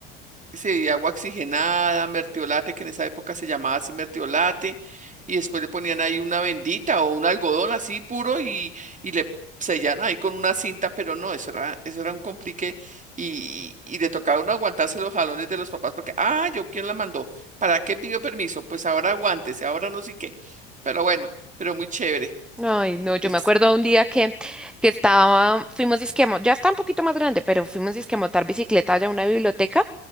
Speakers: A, on the right; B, in the centre.
A: Sí, agua oxigenada, mertiolate, que en esa época se llamaba así mertiolate, y después le ponían ahí una vendita o un algodón así puro y, y le sellan ahí con una cinta, pero no, eso era, eso era un complique y, y le tocaron aguantarse los jalones de los papás porque, ah, yo quién la mandó, ¿para qué pidió permiso? Pues ahora aguántese, ahora no sé qué, pero bueno, pero muy chévere.
B: Ay, no, yo
A: Es
B: me acuerdo un día que, que estaba, fuimos disque a mo- ya está un poquito más grande, pero fuimos disque a montar bicicleta allá a una biblioteca